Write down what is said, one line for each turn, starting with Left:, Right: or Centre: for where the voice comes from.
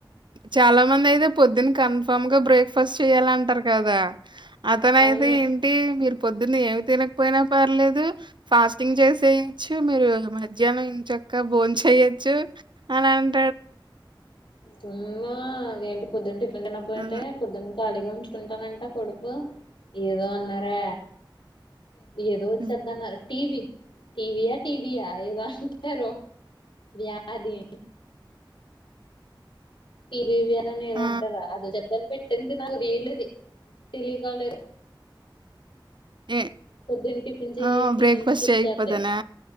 Right: చాలా మందైతే పొద్దున్న కన్ఫామ్ గా బ్రేక్ఫాస్ట్ చెయాలంటారు కదా అతనయితే
Left: అవును
Right: ఏంటి మిరు పొద్దున్న ఏమి తినకపోయినా పర్లేదు ఫాస్టింగ్ చేసేయచ్చు మీరు మధ్యాహ్నం ఇంచ క్క భోన్ చెయొచ్చు అనన్
Left: తుమ్మా అదేంటి పొద్దున్న టిఫిన్ తినక పొయితే
Right: అదే.
Left: పొద్దున్న ఖాళీగా ఉంచుకుంటానంట కొడుపు ఏదో అన్నారే ఏదో వచ్చేద్దన్నారు
Right: హ్మ్.
Left: టీ వీ టీ వీయా టీ బియా ఏదో అంటనారు వ్యాది టి బి వ్యాదని ఏదో
Right: ఆ!
Left: అంటార అది ఒచ్చేదని పెట్టింది తినాలి నీలు ది టెలికాలర్
Right: ఏ
Left: పొద్దున టిఫిన్ చెయ్యి
Right: ఆ!
Left: టిఫిన్
Right: బ్రేక్‌ఫాస్ట్
Left: స్కిప్
Right: చేయకపోతేనా?
Left: చెత్తే